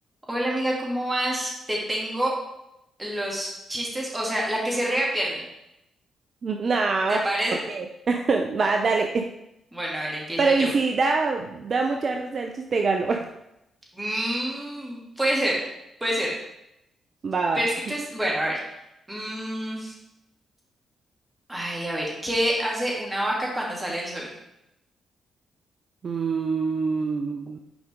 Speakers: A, on the right; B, on the right.
A: Hola amiga, ¿cómo vas? Te tengo los chistes, o sea, la que se ría pierde.
B: No,
A: ¿Te parece?
B: ¿por qué? <laughs> Va, dale.
A: Bueno, a ver, empiezo
B: Pero
A: yo.
B: y si da, da mucha risa el chiste, ganó. <laughs>
A: Mm, puede ser, puede ser.
B: Va,
A: Pero es que
B: va.
A: te... Bueno, a ver. Mm, ay, a ver, ¿qué hace una vaca cuando sale el sol?
B: Mm,